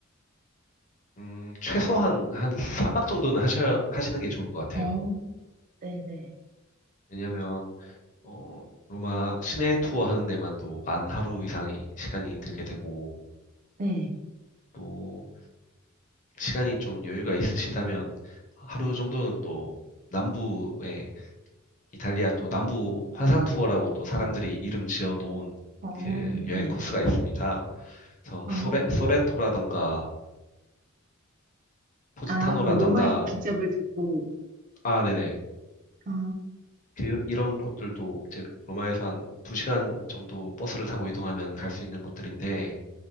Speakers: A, on the left; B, on the right.
A: 음, 최소한 한 3박 정도는 하셔야 하시는 게 좋을 것 같아요.
B: 어, 네, 네,
A: 왜냐면 어, 로마 시내 투어 하는 데만도 만 하루 이상의 시간이 들게 되고,
B: 네,
A: 또 시간이 좀 여유가 있으시다면 하루 정도는 또 남부의 이탈리아 또 남부 환상 투어라고 또 사람들이 이름 지어 놓은
B: 어,
A: 그 여행
B: 네,
A: 코스가 있습니다. 그래서
B: 아,
A: 소레, 소렌토라던가 포지타노라던가
B: 아, 그럼 로마의 기적을 듣고,
A: 아, 네네.
B: 아,
A: 그, 이런 곳들도 이제 로마에서 한 두시간 정도 버스를 타고 이동하면 갈 수 있는 곳들인데